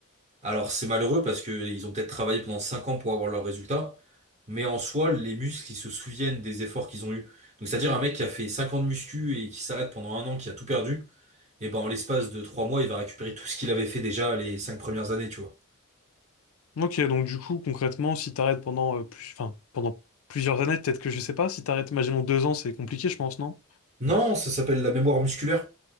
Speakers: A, on the right; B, on the left.
A: Alors c'est malheureux parce que ils ont peut-être travaillé pendant 5 ans pour avoir leurs résultats, mais en soi, les muscles, ils se souviennent des efforts qu'ils ont eus. Donc c'est-à-dire un mec qui a fait 5 ans de muscu et qui s'arrête pendant un an, qui a tout perdu, et ben en l'espace de 3 mois, il va récupérer tout ce qu'il avait fait déjà les 5 premières années, tu vois.
B: Ok, donc du coup, concrètement, si t'arrêtes pendant, euh, plus- enfin, pendant plusieurs années, peut-être que je sais pas, si t'arrêtes, imaginons deux ans, c'est compliqué, je pense, non?
A: Non, ça s'appelle la mémoire musculaire.